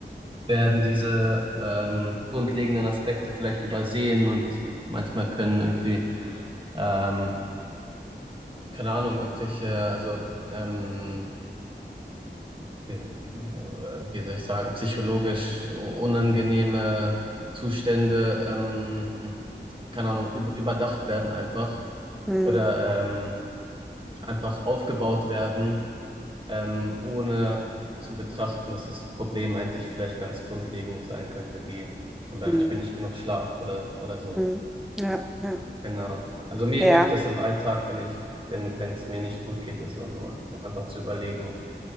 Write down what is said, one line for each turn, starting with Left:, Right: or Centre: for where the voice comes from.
Right: werden diese ähm, grundlegenden Aspekte vielleicht übersehen und manchmal können irgendwie, ähm, keine Ahnung, irgendwelche, also ähm, wie, wie soll ich sagen, psychologisch unangenehme Zustände, ähm, keine Ahnung, über, überdacht werden einfach
Centre: Hm,
Right: oder ähm, einfach aufgebaut werden, ähm, ohne zu betrachten, dass das Problem eigentlich vielleicht ganz grundlegend sein könnte, wie zum Beispiel
Centre: hm,
Right: nicht genug Schlaf oder, oder so.
Centre: hm. Ja, ja.
Right: Genau. Also mir
Centre: Ja,
Right: hilft das im Alltag, wenn ich, wenn, wenn es mir nicht gut geht, das und, und einfach zu überlegen,